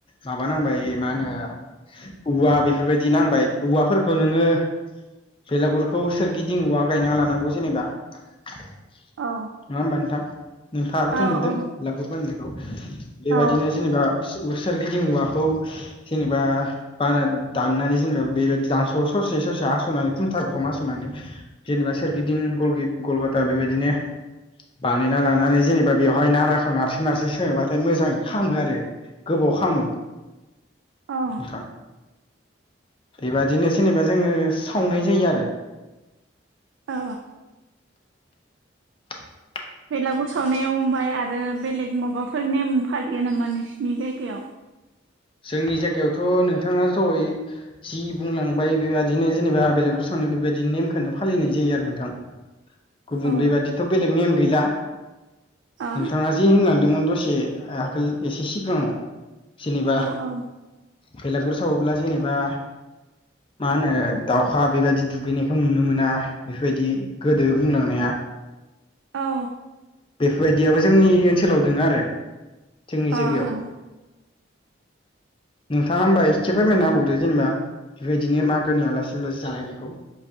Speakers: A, on the left; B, on the right.
A: माबा नांबाय मानो औवा बेफोरबायदि नांबाय औवाफोरखौ नोङो बेलागुरखौ सोरगिदिं उवा गायना लानांगौ जेनेबा। नङा
B: औ
A: होमबा नोंथां? नोंथाङाबोथ'
B: औ
A: नुदों
B: औ
A: लागुर बानायनायखौ बेबादिनो
B: औ
A: दा उ सोरगिदिं उवाखौ जेनेबा बाना दाननानै जेनेबा बेबादि दानस' ससे ससे आस'नानै <unintelligible> मा सुनानै जेनेबा सोरगिदिं गलगेट गलगाता बेबायदिनो बानायना लानानै जेनेबा बेवहाय नाराखौ नारसो नारसो सोबाथाय मोजाङै खालामामो आरो गोबाव खालामो।
B: औ
A: नोंथां बेबादिनो जेनेबा जोङो सावनाय जायो आरो।
B: ओ
A: <inaudible>
B: बेलागुर सावनायाव ओमफाय आरो बेलेग माबाफोर नेम फारिलिया नामा नोंसिनि जायगाया?
A: जोंनि जायगायावथ' नोंथाङा जयै जि बुंलांबाय बेबायदिनो जेनेबा बेलगुर सावना बेबायदि नेमखौनो फालिनाय जायो आरो नोंथां। <inaudible> गुबुन
B: औ
A: बेबादिथ' बेलेग नेम गैला।
B: औ
A: नोंथाङा जि होनलांदोंमोन दसे आगोल एसे सिगाङाव जेनेबा
B: ओं
A: भेलागुर सावोब्ला जेनेबा मा होनो दाउखा बेबायदि दुगैनायखौ नुनो मोना बेफोबायदि गोदो बुंलांनाया
B: औ
A: बेफोबायदियाबो जोंनि ओनसोलाव दोङो आरो जोंनि
B: औ अ
A: जायगायाव। नोंथाङा होमबा एसे फोरमायना होबावदो जेनेबा बेबायदिनो मागोनि आलासि उलासि जालायनायखौ।